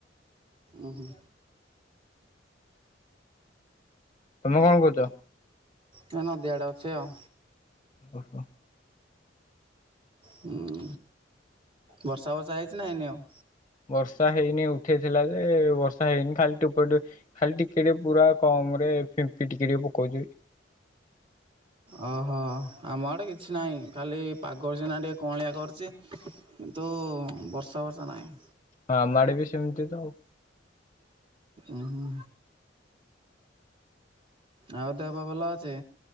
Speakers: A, on the right; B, on the left.
A: ଉ ହୁଁ।
B: ତମେ କଣ କହୁଛ?
A: ହେରା ନଦୀ ଆଡେ ଅଛି ଆଉ।
B: ଓହୋ।
A: ହୁଁ। ବର୍ଷା ଫର୍ଷା ହେଇଛି ନା ହେଇନି ଆଉ।
B: ବର୍ଷା ହେଇନି ଉଠେଇଥିଲା ଯେ ବର୍ଷା ହେଇନି ଖାଲି ଟୁ୍ପରୁ ଟୁ ଖାଲି ଟିକିଏ ଟିକେ ପୁରା କମ୍ରେ ଫିମ୍ପି ଟିକିଏ ଟିକେ ପଉଛି।
A: ଓହୋ ଆମ ଆଡ଼େ କିଛି ନାହିଁ ଖାଲି ପାଗ ସିନା ଟିକେ କଅଁଳିଆ କରଚି। କିନ୍ତୁ ବର୍ଷା ବର୍ଷା ନାହିଁ।
B: ଆ ଆଡେ ବି ସେମିତି ତ ଆଉ।
A: ଉହୁଁ। ଆଉ ଦେହ ପା ଭଲ ଅଛି?